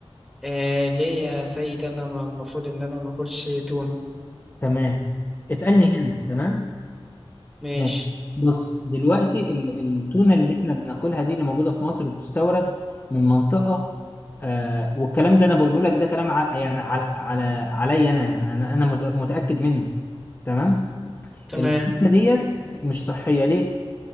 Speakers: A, in the centre; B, on the left.
A: إيه، ليه يا سيد انا ما- المفروض ان انا ما اكلش تون
B: تمام اسالني هنا تمام
A: ماشي
B: ماشي بص دلوقتي ال- التونه اللي احنا بناكلها دي اللي موجوده في مصر بتستورد من منطقه آه والكلام ده انا بقوله لك ده كلام ع... يعني على على عليا انا يعني انا انا مت- متاكد منه تمام
A: تمام
B: الفكرة ديت مش صحية ليه؟